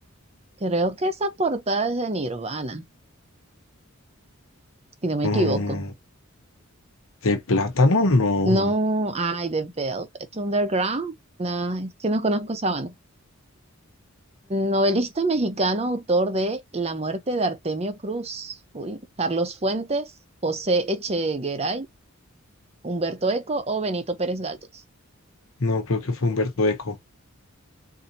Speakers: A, on the right; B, on the left.
A: creo que esa portada es de Nirvana, si no me
B: Mm,
A: equivoco.
B: ¿de plátano? No,
A: No, ay, de Velvet Underground. No, es que no conozco esa banda. Novelista mexicano, autor de La muerte de Artemio Cruz. Uy, Carlos Fuentes, José Echegaray, Humberto Eco o Benito Pérez Galdós.
B: no creo que fue Humberto Eco.